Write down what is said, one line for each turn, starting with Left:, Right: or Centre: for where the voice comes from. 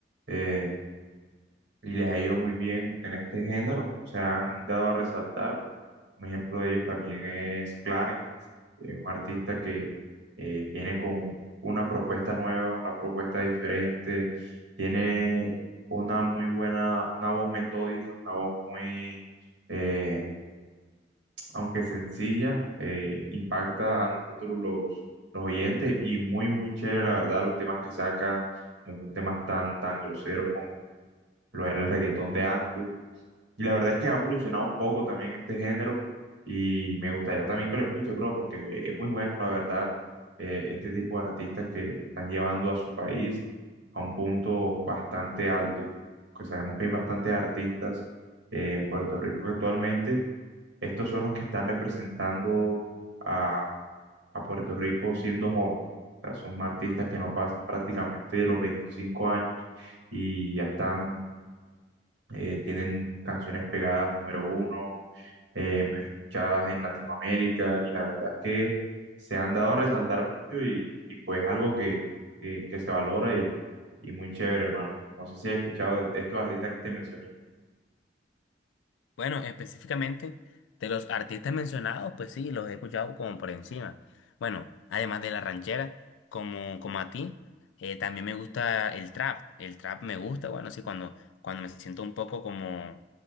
Right: eh, y les ha ido muy bien en este género, se han dado a resaltar. Un ejemplo de ellos también es Clarence, eh, un artista que eh, viene con una propuesta nueva, una propuesta diferente, tiene una muy buena, una voz metódica, una voz muy, eh, aunque sencilla, eh, impacta a nosotros los, los oyentes y muy, muy chévere, la verdad, los temas que saca no son temas tan, tan groseros como lo era el reggaetón de antes. Y la verdad es que ha evolucionado un poco también este género y me gustaría también que lo escuche, bro, porque es muy bueno, la verdad, eh, este tipo de artistas que están llevando a su país a un punto bastante alto, que sabemos que hay bastantes artistas eh, en Puerto Rico actualmente. Estos son los que están representando a, a Puerto Rico siendo jóvenes. O sea, son artistas que no pasan prácticamente de los 25 años y ya están eh, tienen canciones pegadas número uno, eh, más escuchadas en Latinoamérica, y la verdad es que se han dado a resaltar mucho y, y pues algo que, que, que se valora y, y muy chévere, hermano. No sé si has escuchado de, de estos artistas que te mencioné.
Left: Bueno, específicamente de los artistas mencionados, pues sí, los he escuchado como por encima. Bueno, además de la ranchera, como, como a ti, eh, también me gusta el trap. El trap me gusta, bueno, sí, cuando, cuando me siento un poco como,